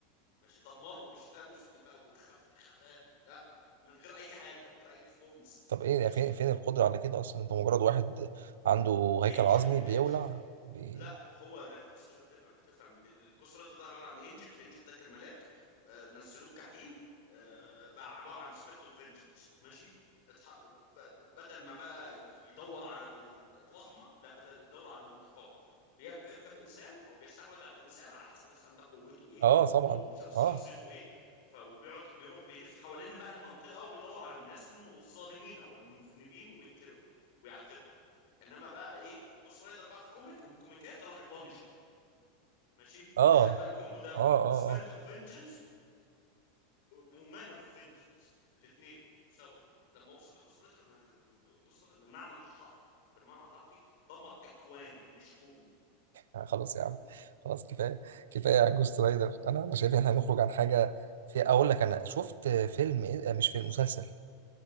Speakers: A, on the left; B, on the right.
A: ماشي دمره مش ثانوس اللي فا وخف خفاه لا من غير اي حاجه من غير اي ستونز
B: طب ايه
A: ماشي
B: يعني فين فين القدره على كده اصلا انت مجرد واحد عنده
A: انجل
B: هيكل عظمي
A: انجل
B: بيولع بي...
A: لا هو اللي انت بس عشان تفهم تفهم إن الجسر ده, ده عباره عن انجل انجل ده كان ملاك آه، نزلوه جحيم آه، بقى عباره عن سبيريت اوف فينجنس ماشي اتح- ب- ب- بدل ما بقى يدور على ال- الرحمه لا بدل يدور على الانتقام بي- بيركب انسان او بيستحوذ على انسان على حسب الانسان ده قوته ايه
B: اه طبعا
A: او شخص
B: اه
A: شخصيته ايه فبيقعد بيروح بيلف حوالين بقى المنطقه ويدور على الناس الم- الظالمين او المذنبين ويقتلهم ويعذبهم انما بقى ايه جوست رايدر بقى في كوميك من الكوميكات راح لبانيشر ماشي
B: اه
A: تخيل بقى الكومبو ده
B: اه
A: سبيريت
B: اه
A: اوف فينجنس ومان اوف فينجنس الاثنين سوا لما وصل لجوست رايدر جوست رايدر بالمعنى الحرفي بالمعنى الحرفي دمر اكوان مش كون
B: آه، خلاص يا عم خلاص كفايه كفايه عن جوست رايدر انا انا شايف ان احنا نخرج عن حاجه في اقول لك انا شفت فيلم إيه؟ آه، مش فيلم مسلسل